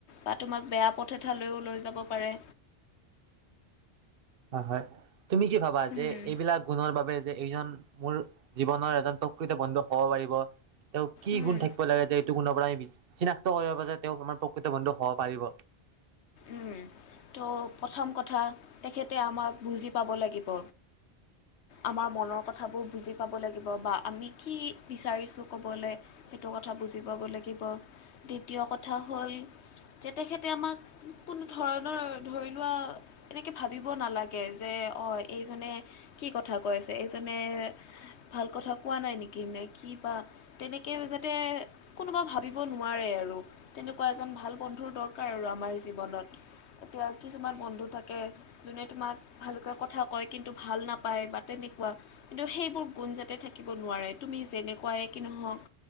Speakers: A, on the left (about 80°); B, on the right (about 60°).
A: বা তোমাক বেয়া পথ এঠালৈও লৈ যাব পাৰে।
B: হয়, হয়। তুমি কি ভাবা যে
A: উম,
B: এইবিলাক গুণৰ বাবে। যে এইজন মোৰ জীৱনৰ এজন প্ৰকৃত বন্ধু হব পাৰিব তেওঁ কি
A: উম,
B: গুণ থাকিব লাগে যে এইটো গুণৰ পৰা আমি চিনাক্ত কৰিব প যে তেওঁ আমাৰ প্ৰকৃত বন্ধু হব পাৰিব।
A: উম ত প্ৰথম কথা তেখেতে আমাক বুজি পাব লাগিব। আমাৰ মনৰ কথাবোৰ বুজি পাব লাগিব বা আমি কি বিচাৰিছো কবলৈ সেইটো কথা বুজি পাব লাগিব দ্বিতীয় কথা হল যে তেখেতে আমাক। কোনো ধৰণৰ ধৰি লোৱা এনেকে ভাবিব নালাগে যে অ এইজনে কি কথা কৈ আছে। এইজনে ভাল কথা কোৱা নাই নেকি নে কি বা তেনেকে যাতে কোনোবা ভাবিব নোৱাৰে আৰু তেনেকুৱা এজন ভাল বন্ধুৰ দৰকাৰ আৰু আমাৰ। জীৱনত এতিয়া কিছুমান বন্ধু থাকে যোনে তোমাক ভালকে কথা কয় কিন্তু ভাল নাপায় বা তেনেকুৱা কিন্তু সেইবোৰ গুণ যাতে থাকিব নোৱাৰে তুমি যেনেকুৱাই কি নহওক